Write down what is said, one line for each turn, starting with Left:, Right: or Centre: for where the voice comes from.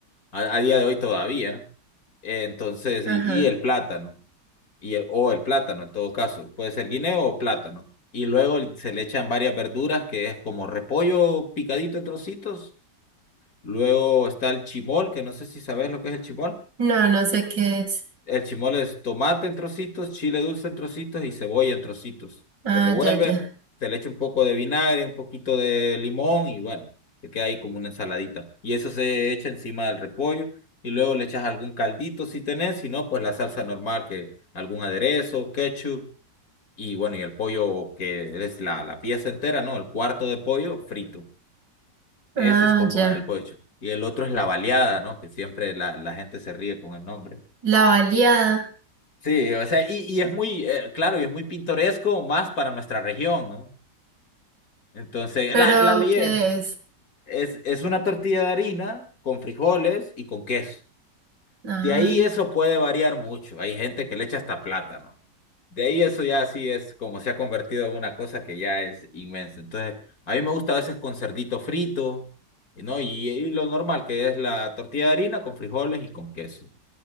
Left: A, a día de hoy todavía. Eh, entonces,
Right: Ajá.
Left: y, y el plátano. Y el, o el plátano en todo caso. Puede ser guineo o plátano. Y luego se le echan varias verduras, que es como repollo picadito en trocitos. Luego está el chimol, que no sé si sabés lo que es el chimol.
Right: No, no sé qué es.
Left: El chimole es tomate en trocitos, chile dulce en trocitos y cebolla en trocitos.
Right: Ah,
Left: Se revuelve,
Right: ya, ya.
Left: se le echa un poco de vinagre, un poquito de limón y bueno, te queda ahí como una ensaladita. Y eso se echa encima del repollo y luego le echas algún caldito si tenés, si no, pues la salsa normal, que algún aderezo, ketchup y bueno, y el pollo que es la, la pieza entera, ¿no? El cuarto de pollo frito.
Right: Ah,
Left: Ese es como
Right: ya.
Left: el pollo. Y el otro es la baleada, ¿no? Que siempre la, la gente se ríe con el nombre.
Right: La baleada.
Left: Sí, o sea, y, y es muy, eh, claro, y es muy pintoresco más para nuestra región, ¿no? Entonces,
Right: ¿Pero
Left: la, la ley
Right: qué
Left: es,
Right: es?
Left: es es una tortilla de harina con frijoles y con queso.
Right: Ah.
Left: De ahí eso puede variar mucho. Hay gente que le echa hasta plátano. De ahí eso ya sí es como se ha convertido en una cosa que ya es inmensa. Entonces, a mí me gusta a veces con cerdito frito, ¿no? Y, y lo normal que es la tortilla de harina con frijoles y con queso.